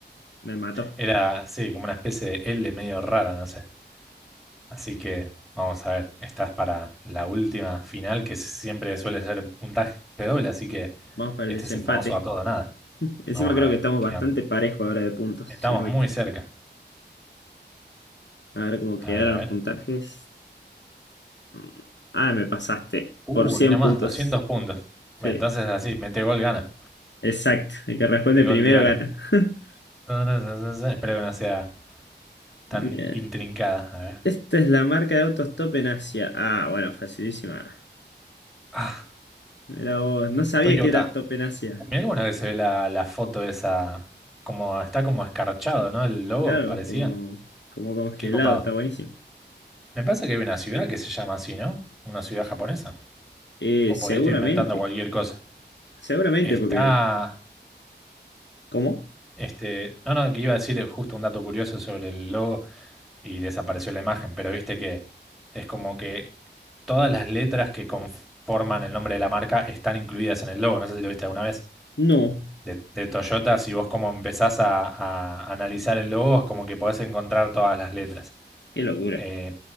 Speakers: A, on the left; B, in the centre.
A: me mató.
B: Era, sí, como una especie de L medio rara, no sé. Así que vamos a ver. Estás para la última final que siempre suele ser puntaje doble, así que
A: Vamos para
B: este
A: el desempate.
B: es el famoso a todo o nada.
A: <laughs> Encima
B: Vamos
A: creo
B: a ver.
A: que estamos
B: ¿Qué
A: bastante
B: onda?
A: parejos ahora de puntos,
B: Estamos
A: si no me
B: muy
A: equivoco.
B: cerca.
A: A ver cómo quedaron
B: A ver, a ver.
A: los puntajes. Mm, Ah, me pasaste
B: Uh,
A: por 100
B: ahí nomás,
A: puntos.
B: 200 puntos.
A: Sí,
B: Entonces así, mete gol, gana.
A: exacto. El que responde
B: El gol
A: primero
B: de oro.
A: gana. <laughs>
B: Ta, ta, ta, ta, ta. Espero que no sea tan
A: Bien.
B: intrincada. A ver.
A: Esta es la marca de autos Top en Asia. Ah, bueno, facilísima.
B: Ah,
A: Mirá vos. No sabía
B: Toyota.
A: que era Top en Asia.
B: Mirá qué bueno que se ve la, la foto esa. Como está como escarchado, ¿no? El logo,
A: Claro,
B: parecía.
A: como, como congelado,
B: Qué copado.
A: está buenísimo.
B: Me parece que hay una ciudad que se llama así, ¿no? Una ciudad japonesa.
A: Eh,
B: O
A: seguramente.
B: por ahí estoy inventando cualquier cosa.
A: Seguramente,
B: Está.
A: porque. ¿Cómo?
B: Este. No, no, que iba a decir justo un dato curioso sobre el logo. y desapareció la imagen, pero viste que es como que todas las letras que conforman el nombre de la marca están incluidas en el logo, no sé si lo viste alguna vez.
A: No.
B: De, de Toyota, si vos como empezás a, a analizar el logo, es como que podés encontrar todas las letras.
A: Qué locura.
B: Eh,